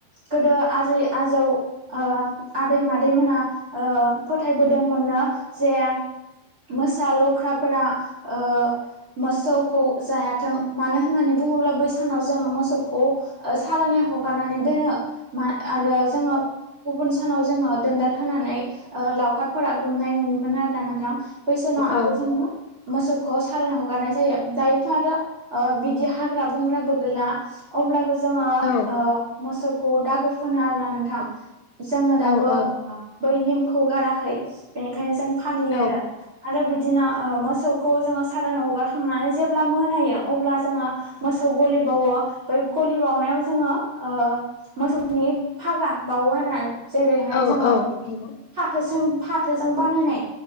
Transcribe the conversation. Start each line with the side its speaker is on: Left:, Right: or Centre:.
Right: गोदो आजै आजौ ओ आदै मादैमोना ओ ओ फोथायबोदोंमोननो जे मोसा लख्राफोरा ओ मोसौखौ जायाथों मानो होननानै बुङोब्ला बै सानाव जों मोसौखौ सारोनै हगारनानै दोनो मा आरो जोङो गुबुन सानाव जोङो दोन्दाल होनानै ओ लावखारफोरा गुमनाय नुयोमोन आरोना नोंथां। बै सानाव आरो
Left: औ
Right: जोङो मोसौखौ सारोन हगारनाय जायो दायोथ' आरो ओ बिदि हाग्रा बंग्राबो गैला अब्लाबो जोङो
Left: औ औ
Right: ओ मोसौखौ दागो फोनो आरोना नोंथां। जोङो
Left: औ
Right: दाबो
Left: औ
Right: बै नेमखौ गाराखै बेनिखायनो जों फालियो
Left: औ
Right: आरो आरो बिदिनो ओ मोसौखौ जोङो सारोन हगारखांनानै जेबो जेब्ला मोनायो अब्ला जोङो मोसौ गलि बाउओ बै गलि बाउनायाव जोङो ओ मोसौनि फागा बाउओ आरोना। जेरैहाय
Left: औ
Right: जोङो
Left: औ नंगौ
Right: फाथोसों फाथोजों बानायनाय